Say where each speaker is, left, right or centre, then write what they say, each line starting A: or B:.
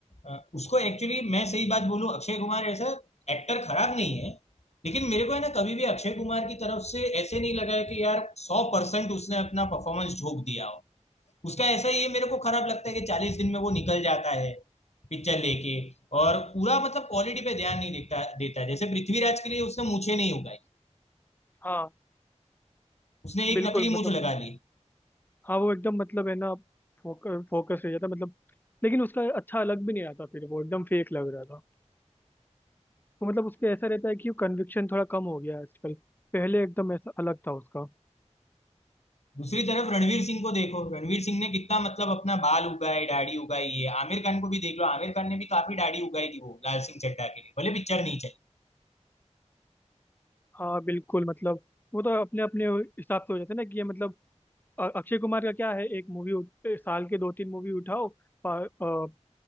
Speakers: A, on the left (about 65°); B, on the left (about 15°).
A: अ, उसको एक्चुअली मैं सही बात बोलूं अक्षय कुमार ऐसा एक्टर खराब नहीं है लेकिन मेरे को है ना कभी भी अक्षय कुमार की तरफ से ऐसे नहीं लगा है कि यार सौ परसेंट उसने अपना परफॉर्मेंस झोंक दिया हो उसका ऐसा ये मेरे को खराब लगता है कि चालीस दिन में वो निकल जाता है पिक्चर लेके और पूरा मतलब क्वालिटी पे ध्यान नहीं देता देता है। जैसे पृथ्वीराज के लिए उसने मूछें नहीं उगाई
B: हाँ
A: उसने एक
B: बिल्कुल
A: नकली
B: मतलब
A: मूछ लगा ली
B: हाँ वो एकदम मतलब है ना फोकस फोकस हो जाता है मतलब लेकिन उसका अच्छा लग भी नहीं आता फिर वो एकदम फेक लग रहा था तो मतलब उसके ऐसा रहता है कि कन्विक्शन थोड़ा कम हो गया है आजकल पहले एकदम ऐसा अलग था उसका
A: दूसरी तरफ रणवीर सिंह को देखो रणवीर सिंह ने कितना मतलब अपना बाल उगाए दाढ़ी उगाई है आमिर खान को भी देख लो आमिर खान ने भी काफी दाढ़ी उगाई थी वो लाल सिंह चड्ढा के लिए भले पिक्चर नहीं चली
B: हाँ बिल्कुल मतलब वो तो अपने अपने हिसाब से हो जाता है ना कि ये मतलब अ- अक्षय कुमार का क्या है एक मूवी उठ, साल के दो तीन मूवी उठाओ प- अ,